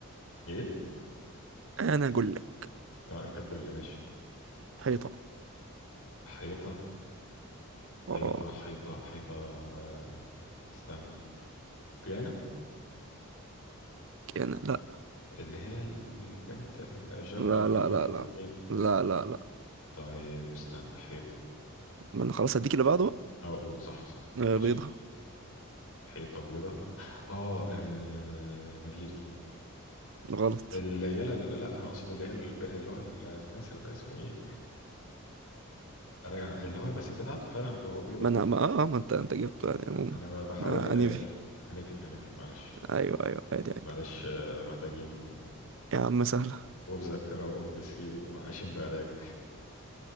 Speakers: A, on the left (about 75°); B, on the right (about 55°).
A: ايه
B: انا اقول لك
A: اه انت تقول لي ماشي
B: حيطة
A: حيطة حيطة
B: اه
A: حيطة حيطة آه، استنى كيانا
B: كان لا
A: اللي هي البنت الجانجلر
B: لا
A: دي
B: لا
A: وميدلين
B: لا لا لا لا لا
A: طيب استنى حيطة
B: ما انا خلاص هديك اللي بعده بقى.
A: او اقول صح صح
B: آه،
A: ماشي
B: بيضة
A: حيطة وبيضة اه آه، نفيري
B: غلط
A: العيال لا انا اقصد اللي هي الب- اللي هو النسر ده اسمه ايه انا اللي هو الباسف بتاعته فعلا بيبقى بيضة
B: ما انا ما اه آه، ما انت انت جبته يعني عموما
A: انا ما بحاول
B: آه انيفي
A: آه، انبي انبي معلش
B: ايوه ايوه عادي عادي
A: معلش آه، محتاجين
B: يا عم سهلة
A: حبوب ذاكره واوميجا 3 وعايشين بعلاج